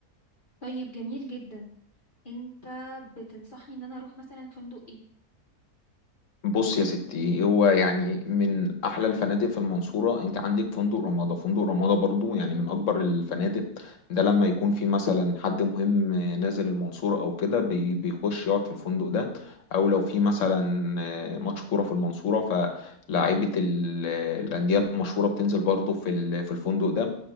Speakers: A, on the left (about 40°); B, on the left (about 55°).
A: طيب جميل جدا انت بتنصحني ان انا اروح مثلا فندق ايه
B: بص يا ستي هو يعني من احلى الفنادق في المنصوره انت عندك فندق رمادة فندق رمادة برضو يعني من اكبر الفنادق ده لما يكون في مثلا حد مهم نازل المنصوره او كده بي- بيخش يقعد في الفندق ده او لو في مثلا آه، ماتش كوره في المنصوره فلاعيبه ال- الانديه المشهوره بتنزل برضو في ال- في الفندق ده